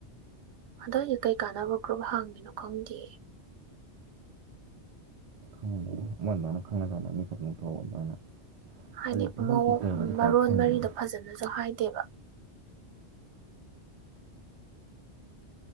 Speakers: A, on the right; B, on the right.
A: ꯍꯟꯗꯛꯒꯤ ꯀꯩ ꯀꯥꯟꯅꯕ ꯒ꯭ꯔꯨꯞ ꯍꯥꯡꯉꯤꯅꯣ ꯈꯪꯗꯦ
B: <unintelligible> ꯃꯣꯏ ꯃꯥꯅ ꯈꯪꯅ-ꯖꯥꯟꯅꯕ ꯃꯤꯈꯠ ꯊꯣꯛꯑ ꯑꯗꯨꯃꯥꯏꯅ
A: ꯍꯥꯏꯗꯤ
B: ꯍꯧꯖꯤꯛꯇꯤ
A: ꯃꯑꯣꯡ
B: ꯍꯣꯝ ꯊꯤꯌꯦꯇꯔꯒꯁꯦ
A: ꯃꯔꯣꯟ
B: ꯄꯥꯛ ꯐꯪꯗ꯭ꯔꯦꯅꯦ
A: ꯃꯔꯤꯗꯣ ꯐꯖꯅꯁꯨ ꯍꯥꯏꯗꯦꯕ